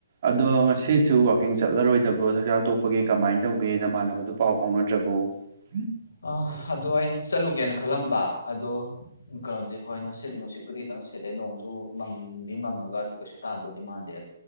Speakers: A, on the right; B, on the left.
A: ꯑꯗꯣ ꯉꯁꯤꯁꯨ ꯋꯥꯛꯀꯤꯡ ꯆꯠꯂꯔꯣꯏꯗꯕ꯭ꯔꯣ ꯆꯥꯛꯆꯥ ꯇꯣꯞꯄꯒꯤ ꯀꯃꯥꯏꯅ ꯇꯧꯒꯦ ꯅꯃꯥꯟꯅꯕꯗꯨ ꯄꯥꯎ ꯐꯥꯎꯅꯗ꯭ꯔꯕꯣ ꯑꯣ
B: ꯑ ꯑꯗꯨꯗꯣ ꯑꯩꯅ ꯆꯠꯂꯨꯒꯦꯅ ꯈꯜꯂꯝꯕ ꯑꯗꯣ ꯀꯩꯅꯣꯗꯤ ꯍꯣꯏ ꯅꯨꯡꯁꯤꯠꯂꯤ ꯅꯨꯡꯁꯤꯠꯄꯨꯗꯤ ꯈꯤꯇꯪ ꯁꯤꯠꯂꯦ ꯅꯣꯡꯁꯨ ꯃꯪꯗꯤ ꯃꯪ ꯀꯩ ꯇꯥꯗꯣꯗꯤ ꯃꯥꯟꯗꯦ ꯑ